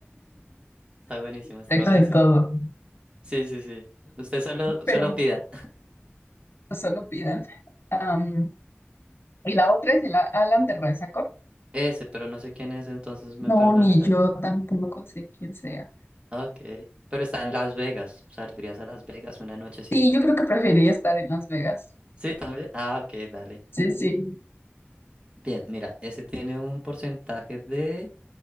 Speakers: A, on the right; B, on the left.
A: Está buenísimo, está
B: Tengo
A: buenísimo.
B: de todo.
A: Sí, sí, sí. Usted solo,
B: pero
A: solo
B: no
A: pida
B: solo pidan. Am, y la otra es el A- Alan de Resaco.
A: ese, pero no sé quién es, entonces me
B: No,
A: perdonarás.
B: ni yo tampoco sé quién sea.
A: Ah, Ok. Pero está en Las Vegas. Saldrías a Las Vegas una nochecita.
B: Sí, yo creo que preferiría estar en Las Vegas.
A: Sí, también. Ah, ok, dale.
B: Sí, sí,
A: Bien, mira, ese tiene un porcentaje de